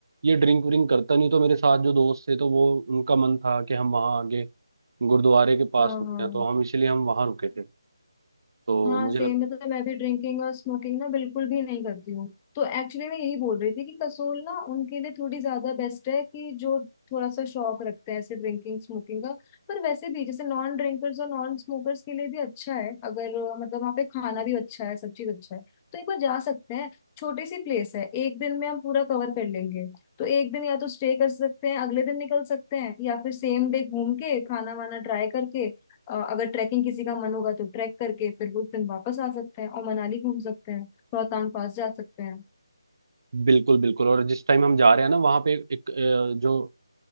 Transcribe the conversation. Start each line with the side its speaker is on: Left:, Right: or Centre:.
Right: ये ड्रिंक व्रिंक करता नहीं तो मेरे साथ जो दोस्त थे तो वो उनका मन था कि हम वहाँ आगे गुरुद्वारे के पास
Left: हाँ
Right: रुकते
Left: हाँ
Right: हैं तो हम इसीलिए हम वहाँ रुके थे तो
Left: हाँ
Right: मुझे
Left: सेम
Right: लग
Left: मतलब मैं भी ड्रिंकिंग और स्मोकिंग ना बिल्कुल भी नहीं करती हूँ तो एक्चुअली मैं यही बोल रही थी कि कसोल ना उनके लिए थोड़ी ज्यादा बेस्ट है कि जो थोड़ा सा शौक रखते हैं ऐसे ड्रिंकिंग स्मोकिंग का पर वैसे भी जैसे नॉन ड्रिंकर्स और नॉन स्मोकर्स के लिए भी अच्छा है अगर अ, मतलब वहाँ पे खाना भी अच्छा है सब चीज अच्छा है तो एक बार जा सकते हैं छोटी सी प्लेस है एक दिन में हम पूरा कवर कर लेंगे तो एक दिन या तो स्टे कर सकते हैं अगले दिन निकल सकते हैं या फिर सेम डे घूम के खाना वाना ट्राई करके अ, अगर ट्रैकिंग किसी का मन होगा तो ट्रैक करके फिर उस दिन वापस आ सकते हैं और मनाली घूम सकते हैं रोहतांग पास जा सकते हैं
Right: बिल्कुल बिल्कुल और जिस टाइम हम जा रहे हैं ना वहाँ पे एक अ, जो